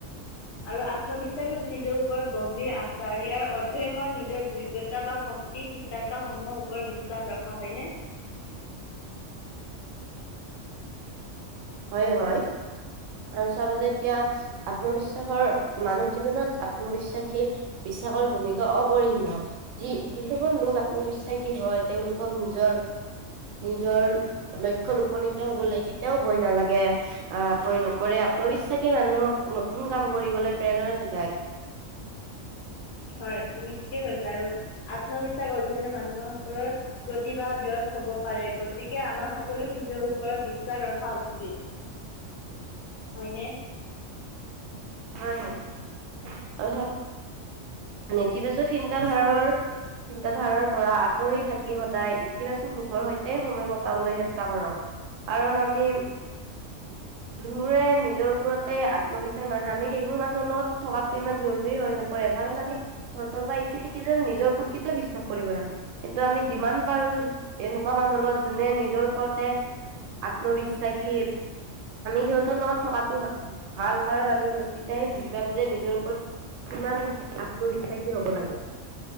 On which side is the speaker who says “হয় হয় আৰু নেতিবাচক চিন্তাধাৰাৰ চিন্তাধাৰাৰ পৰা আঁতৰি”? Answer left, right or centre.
Right